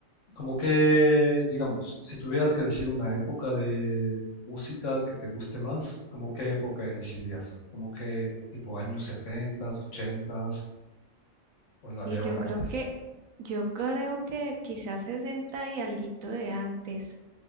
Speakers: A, on the left; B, on the right.
A: como que, digamos, si tuvieras que elegir una época de música que te guste más, ¿como qué época elegirías? ¿Como que tipo años 70, 80 o la
B: Y
A: de ahora
B: yo creo
A: más?
B: que, yo creo que quizás 60 y alguito de antes.